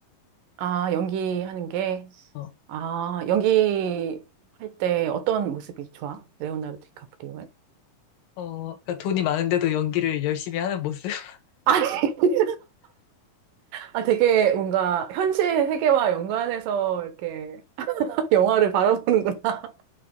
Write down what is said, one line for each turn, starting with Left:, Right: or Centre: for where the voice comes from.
Right: 아, 연기하는 게.
Left: 어,
Right: 아, 연기할 때 어떤 모습이 좋아? 레오나르도 디카프리오는?
Left: 어, 그러니까 돈이 많은데도 연기를 열심히 하는 모습. <laughs>
Right: 아니, <laughs> 아, 되게 뭔가 현실 세계와 연관해서 이렇게 <laughs> 영화를 바라보는구나.